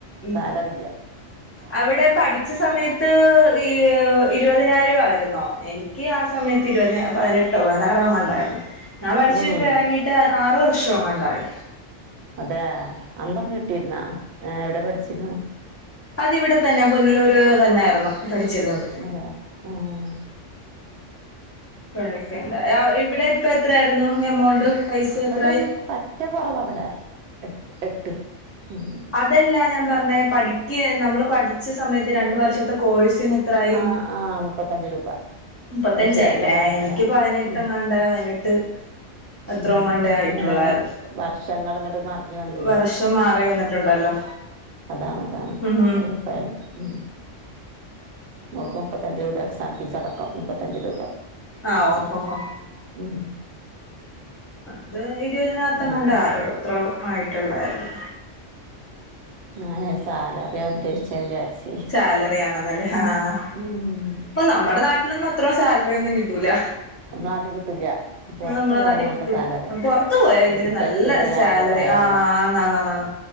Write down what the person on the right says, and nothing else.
സാലറി ഇല്ല
ഉം
അതെ അന്നൊക്കെ കിട്ടിയിരുന്നാ എ എവിടെ പഠിച്ചിര്ന്നെ
അത ആഹ്
ഇവടെന്ന്
പറ്റ കറവെവിടെ. എ എട്ട് ഉം
ആ ആ മുപ്പത്തഞ്ച് രൂപ
അത് ശരി അതാ പറഞ്ഞല്ലേ
ഉം
ഉം
പിന്നെ വർഷങ്ങൾ ഇങ്ങോട്ട് മറിഞ്ഞു വന്നില്ലേ
അതാണ് അതാണ്
ഒരുപ്പായാല ഉം മോക്കുപ്പത്തഞ്ചുരൂപയെക്സാംഫീസടക്കാന്നുപ്പത്തഞ്ചു രൂപ.
ഉം
ആ
ഞാനേ സാലറിയദ്ദേശിച്ചേ വിചാരിച്ച്.
ഉം
നമ്മളെ നാട്ടിൽ കിട്ടൂല പുറത്ത്
പോയാ
നല്ല
സാലറിയാ
മെഡിക്കൽ
ഫീൽഡ്
നല്ല സാലറിയാണ്